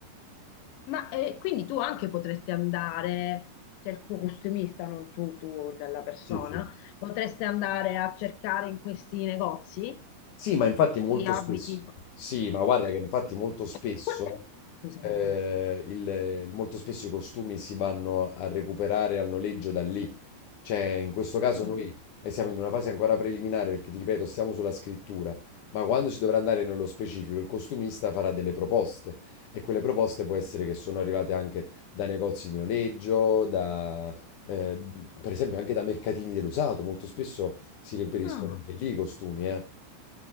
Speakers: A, on the left; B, on the left.
A: Ma eh, quindi tu anche potresti andare, cioè il tuo costumista, non tu, tu, la persona,
B: Sì, sì.
A: potresti andare a cercare in questi negozi
B: Sì, ma infatti molto
A: di abiti.
B: spesso, sì, ma guarda che infatti molto spesso,
A: <coughs> Scusami.
B: eh, il- il- molto spesso i costumi si vanno a recuperare al noleggio da lì. Cioè, in questo caso
A: Ah.
B: noi eh, siamo in una fase ancora preliminare perché, ti ripeto, stiamo sulla scrittura, ma quando si dovrà andare nello specifico, il costumista farà delle proposte e quelle proposte può essere che sono arrivate anche da negozi di noleggio, da, eh, per esempio anche da mercatini dell'usato, molto spesso si reperiscono
A: Ah.
B: anche lì i costumi, eh.